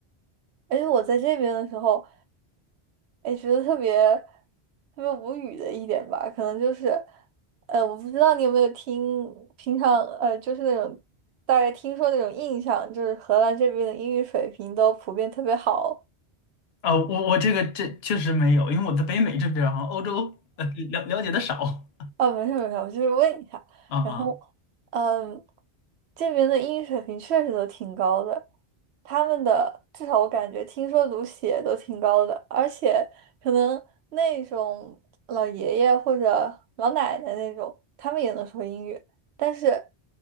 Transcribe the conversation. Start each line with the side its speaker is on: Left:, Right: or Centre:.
Right: 而且我在这边的时候，哎，觉得特别特别无语的一点吧，可能就是，呃，我不知道你有没有听，平常呃，就是那种大概听说那种印象，就是荷兰这边的英语水平都普遍特别好，
Left: 啊，我我这个这确实没有，因为我在北美这边啊，欧洲呃了了解的少
Right: 哦，没事没事，我就是问一下。
Left: 啊啊
Right: 然后，嗯，这边的英语水平确实都挺高的，他们的至少我感觉听说读写都挺高的，而且可能那种老爷爷或者老奶奶那种，他们也能说英语，但是